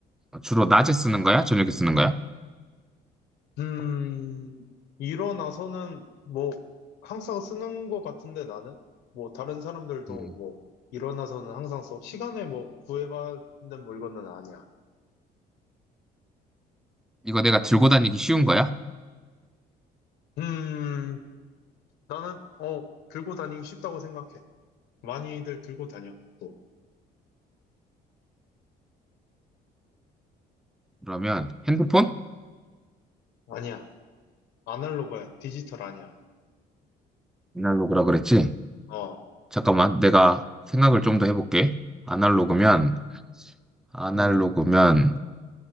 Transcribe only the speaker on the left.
음, 일어나서는 뭐 항상 쓰는 것 같은데 나는? 뭐 다른 사람들도
뭐 일어나서는 항상 써. 시간에 뭐 구애받는 물건은 아니야.
음, 나는, 어, 들고 다니기 쉽다고 생각해. 많이들 들고 다녀, 또.
아니야. 아날로그야. 디지털 아니야.
어,
음.